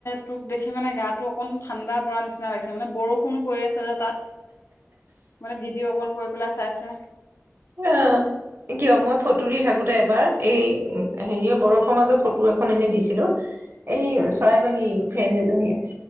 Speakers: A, on the left; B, on the right.
A: তোক দেখি মানে গাটো অকণ ঠাণ্ডা পৰা নিচিনা নিচিনা লাগিছে মানে বৰষুণো পৰি আছে যে তাত মানে ভিডিঅ' কল কৰি পেলাই চাইছে
B: অ কিয় মই
A: অ
B: ফটো দি থাকো ত এবাৰ এই হেৰি অ বৰফ মাজত ফটো এখন এনে দিছিলো এই চৰাইবাহী ফ্ৰেণ্ড এজনীয়ে